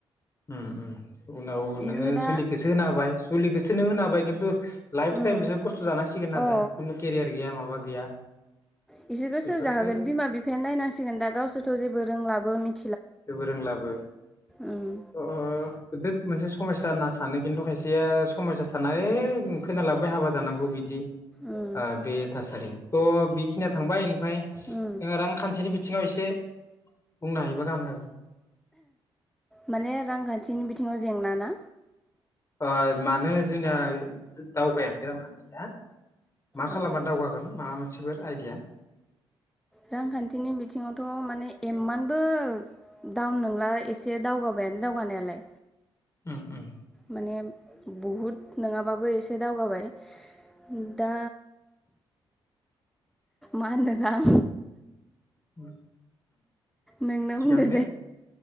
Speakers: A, on the left (about 30°); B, in the centre.
A: उम उनाव
B: बेखौ
A: नोङो
B: दा
A: जुलिखौसो होना हाबाय जुलिखोसो बिसोननो होनाबाय खिन्थु लाइफ
B: उम
A: टाइम बिसोर खस्थ' जानांसिगोन आरो
B: अ
A: दा खुनु केरियार गैया माबा गैया
B: बिसोरखौ
A: बेफोरफोरखो
B: सोरजा होगोन बिमा बिफायानो नायनांसिगोन दा गसोरथ' जेबो रोंलाबो मिथि
A: जेबो रोंलाबो
B: उम
A: अ गोदिर मोनसे स समयसा होनना सानो खिन्थु खायसेया समयसा साना खोनलाबबाय हाबा जानांगौ बिदि
B: उम
A: ओ बे थासारि थ बि खिनिया थांबाय ओमफ्राय जोङो
B: उम
A: रांखान्थिनि बिथिङाव एसे बुंनो हायोबा गाहाम जागोन <inaudible>
B: माने रांखान्थिनि बिथिङाव जेंना ना
A: ओ मानो जोंनिया दावगायाखै रांखान्थिया मा खालामबा
B: अ
A: दावगागोन माबा मोनसेफोर आइडिया
B: रांखान्थिनि बिथिङावथ' माने इमानबो डाउन नंला एसे दावगाबायानो दावगानायालाय
A: उम उम
B: माने बहुद नङाबाबो एसे दावगाबाय दा मा होनो आं
A: उम
B: नोंनो
A: थिखानो
B: बुंदो
A: दे